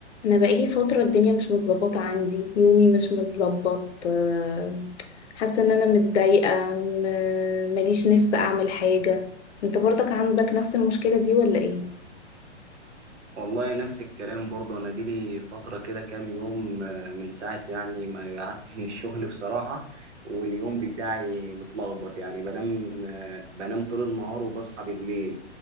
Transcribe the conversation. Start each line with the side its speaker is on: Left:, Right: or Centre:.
Left: انا بقالي فتره الدنيا مش متظبطه عندي يومي مش متظبط آه، حاسه ان انا متضايقه م- ماليش نفس اعمل حاجه انت برضك عندك نفس المشكله دي ولا ايه
Right: والله نفس الكلام برضه انا دي لي فتره كده كام يوم آه، من ساعه يعني ما قعدت من الشغل بصراحه واليوم بتاعي متلخبط يعني بنام آه، بنام طول النهار وبصحى بالليل